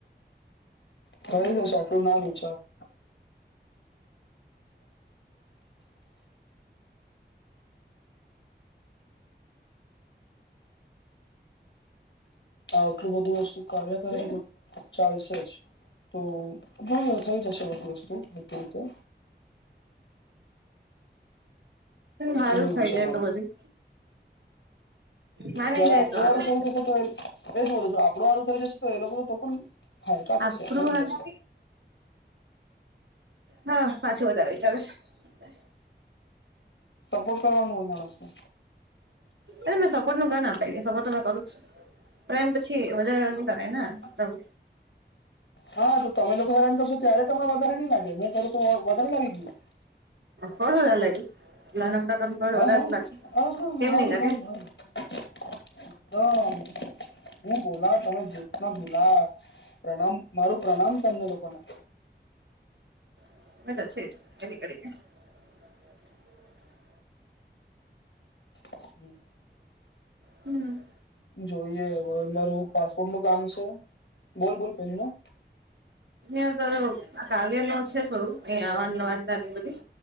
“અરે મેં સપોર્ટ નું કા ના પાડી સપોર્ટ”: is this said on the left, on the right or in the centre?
Right